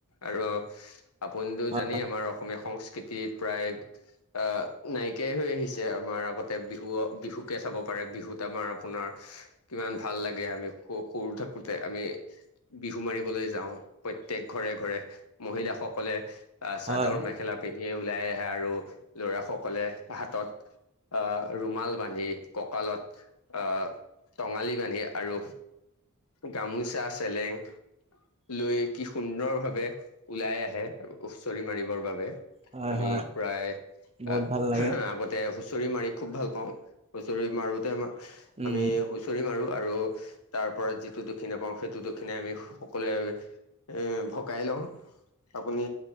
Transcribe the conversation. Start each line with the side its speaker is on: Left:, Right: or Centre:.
Left: আৰু আপুনিতো
Right: হয়
Left: জানি আমাৰ। সংস্কৃতি প্ৰায় আহ নাইকিয়াই হৈ আহিছে। আমাৰ আগতে বিহু বিহুকে চাব পাৰে। বিহুত আমাৰ আপোনাৰ কিমান ভাল লাগে আমি স সৰু থাকোঁ‌তে আমি বিহু মাৰিবলৈ যাওঁ প্ৰত প্ৰতেক ঘৰে ঘৰে মহিলাাসকলে আহ চাদৰ
Right: হয়
Left: মে স ওলাই আহে আৰু লৰা সকলে হাতত। আহ ৰুমাল বান্ধি কঁকালত আহ টঙালি বান্ধে আৰু গামোচা চেলেং লৈ কি সুন্দৰ ভাৱে ওলাই আহে হুচৰি মাৰিবৰ বাবে। আমি
Right: হয় হয়
Left: প্ৰায়
Right: বহুত
Left: আহ
Right: ভাল লাগে
Left: আগতে হুঁচৰি মাৰি খুব ভাল পাও হুঁচৰি মাৰোতে
Right: উম
Left: আমি
Right: উম
Left: হুঁচৰি মাৰো। আৰু তাৰ পৰা যিটো দক্ষিনা পাওঁ সেইটো দক্ষিণাই আমি সকলোৱে এ ভগাই লও আপুনি